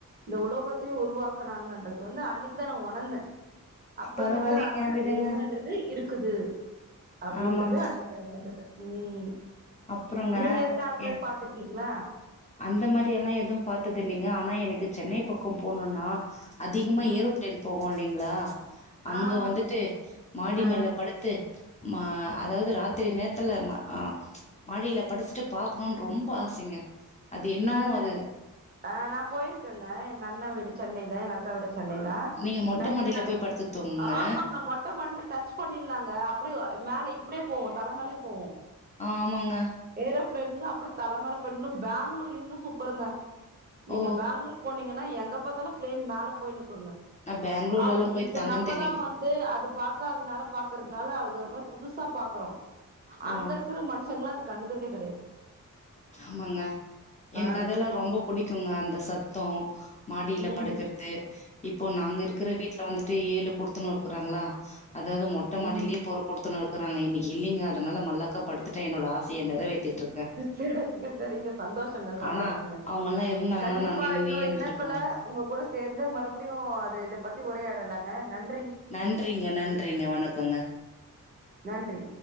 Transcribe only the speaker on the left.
பரவாயில்லைங்க,
விடுங்க.
ஆமாங்க.
அப்புறங்க
என்
அந்த மாரியெல்லா பார்த்ததில்லை க்க ஆனா எனக்கு சென்னை பக்கோ போனுன்னா அதிகமா
ஏரோ பேலையின் போகு இல்லைங்களா அங்க
வந்துட்டு மாடி
மேல படுத் ட்டு மா அதாவது ராத்திரி நேரத்துல ம அ மாடியில படித்துட்டு பாக்கணுன் ரொம்ப ஆசைங்க அது என்னமோ
அது
நீங்க மொட்ட
மாடியில
போய் படுத்து தூங்குங்க
ஆமாங்க
ஓ
நா பெங்களூர்லல்லா
போய்
தங்கனது
இல்லைங்க
ஆ
ஆமாங்க எனக்கு
அதெல்லா ரொம்ப புடிக்குங்க அந்த சத்தோ மாடியில
படுக்கர்றது இப்போ நாங்க இருக்குற வீட்ல வந்துட்டு ஏழு குடுத்தன்னோ இருக்குறாங்களா அதாவது மொட்ட
மாட்டியிலேயே ஒரு கொடுத்தன்னோ இருக்குறாங்க இன்னைக்கி இல்லைங்க அதனால மல்லாக்கா படுத் துட்டு என்னோட ஆசையை நிறைவேத்திட்டுருக்க
ஆனா, அவங்கலாம் இருந்தாங்கன்னா
நான் நின்னுனே
இருந்துட்டு
போனேங்க.
நன்றிங்க நன்றிங்க வணக்கோங்க